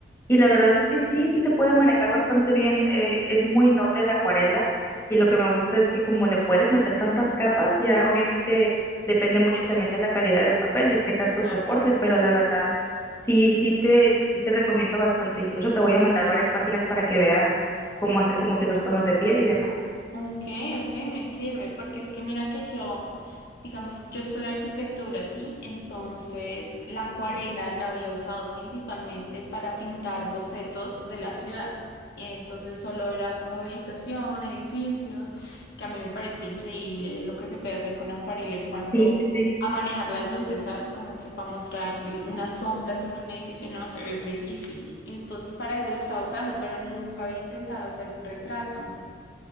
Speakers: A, on the left; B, on the left.
A: Y la verdad es que sí, sí se puede manejar bastante bien. eh, es muy noble la acuarela y lo que me gusta es que como le puedes meter tantas capas, ya obviamente depende mucho también de la calidad del papel, de qué tanto
B: total.
A: soporte, pero la verdad sí, sí te, sí te recomiendo bastante. Incluso te voy a mandar varias páginas para que veas cómo hacer como que los tonos de piel y demás.
B: Ok, ok, me sirve, porque es que mira que yo, digamos, yo estudio arquitectura, ¿sí? Entonces la acuarela la había usado principalmente para pintar bocetos de la ciudad. Y Entonces solo era como vegetación, edificios, que a mí me parece increíble lo que se puede hacer con acuarela en cuanto
A: Sí, sí, sí.
B: a manejar las luces, ¿sabes? Como que para mostrar una sombra sobre un edificio, no, se ve bellísimo. Entonces para eso lo estaba usando, pero nunca había intentado hacer un retrato.